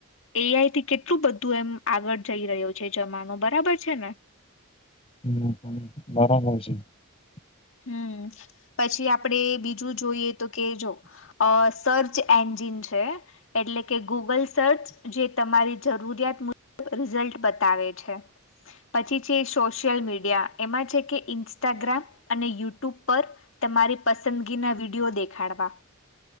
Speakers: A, on the left (about 60°); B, on the left (about 25°).
A: એઆઈથી કેટલું બધું એમ આગળ જઈ રહ્યો છે જમાનો બરાબર છે ને
B: હમ હમ, <inaudible>
A: હમ પછી આપડે બીજું જોઈએ તો કે જો અ સર્ચ એન્જિન છે એટલે કે ગૂગલ સર્ચ જે તમારી જરૂરિયાત મુજબ રિઝલ્ટ બતાવે છે પછી છે સોશિયલ મીડિયા એમાં છે કે ઇન્સ્ટાગ્રામ અને યુટ્યુબ પર તમારી પસંદગીના વિડીયો દેખાડવા